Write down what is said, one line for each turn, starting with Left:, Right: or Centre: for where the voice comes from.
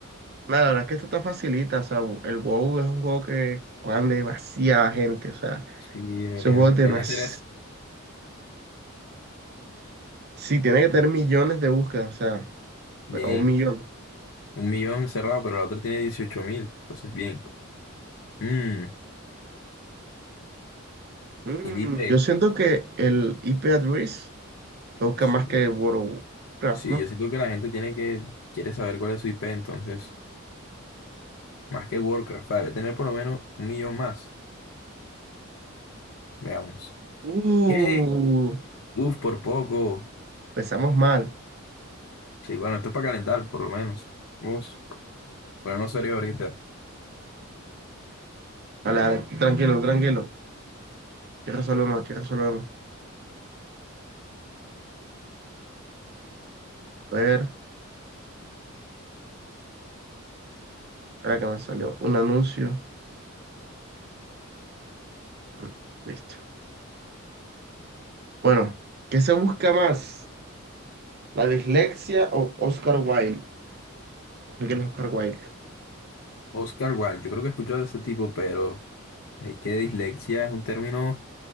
Right: Nada, la verdad es que esto está facilita, o sea, el WoW es un juego que juegan demasiada gente, o sea,
Left: sí, deberían,
Right: ese juego es demasiado...
Left: debería ser eso.
Right: Sí, tiene que tener millones de búsquedas, o sea,
Left: Bien,
Right: pero un millón.
Left: un millón cerrado, pero la otra tiene dieciocho mil, entonces bien. Mm,
Right: Mm,
Left: y Dipe.
Right: yo siento que el IP address lo busca
Left: Sí,
Right: más que el World of Warcraft,
Left: sí,
Right: ¿no?
Left: yo siento que la gente tiene que, quiere saber cuál es su IP, entonces, más que Warcraft, va debe tener por lo menos un millón más, veamos.
Right: Uh,
Left: ¿Qué? Uf, por poco.
Right: empezamos mal.
Left: Sí, bueno, esto es para calentar, por lo menos. Uf, bueno, no sería ahorita.
Right: Vale, vale, tranquilo, tranquilo. Aquí resolvemos, aquí resolvemos. A ver, acá me salió un anuncio. Mm, Listo. Bueno, ¿qué se busca más? La dislexia o Oscar Wilde. ¿De ¿Quién es Oscar Wilde?
Left: Oscar Wilde, yo creo que he escuchado de ese tipo, pero es que dislexia es un término